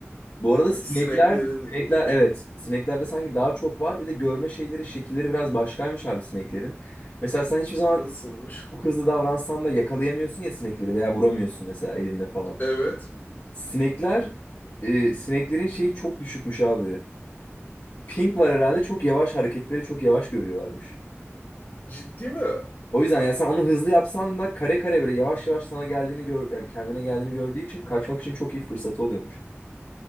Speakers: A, on the left (about 65°); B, on the left (about 45°).
A: Bu arada
B: Hani
A: sinekler,
B: sineklerin
A: sinekler evet. Sineklerde sanki daha çok var. Bir de görme şeyleri, şekilleri biraz başkaymış abi sineklerin. Mesela sen hiçbir zaman
B: nasılmış?
A: çok hızlı davransan da yakalayamıyorsun ya sinekleri veya vuramıyorsun mesela elinle falan.
B: Evet.
A: Sinekler, e, sineklerin şeyi çok düşükmüş abi. Ping var herhalde çok yavaş hareketleri çok yavaş görüyorlarmış.
B: Ciddi mi?
A: O yüzden yani sen onu hızlı yapsan da kare kare böyle yavaş yavaş sana geldiğini gör, yani kendine geldiğini gördüğü için kaçmak için çok iyi fırsatı oluyormuş.